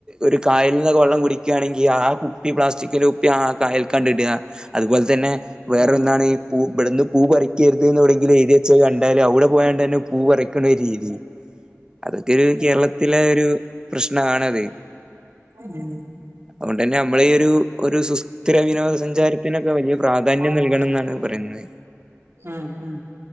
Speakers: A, on the right; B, on the right.
A: ഒരു കായല നിന്ന് വെള്ളം കുടി ക്ക യാണെങ്കിൽ ആ കുപ്പി പ്ലാസ്റ്റിക്കെ കുപ്പി ആ കായൽ കണ്ടിടുക അതുപോലെ തന്നെ വേറെ
B: ഉം.
A: എന്താണ് ഈ പൂ ഇവിടുന്ന് പൂ പറിക്കരുതെന്ന് തുടെങ്കിൽ എഴു ച്ച് കണ്ടാല് ഔടെ പോയാണ്ടെന്നെ പൂ പറിക്ക്ണൊരു രീതി അതൊക്കെ കേരളത്തില് ത്തിലെ ഒരു പ്രശ്നാണത്.
B: മ്
A: അതുകൊണ്ടെന്നെ നമ്മളെ ഈയൊരു ഒരു സുസ്ഥിര വിനോദ സഞ്ചാരത്തിനൊക്കെ വലിയ പ്രാധാന്യം
B: ഉം
A: നൽകണന്നാണ് പറയുന്നേ
B: ഉം ഉം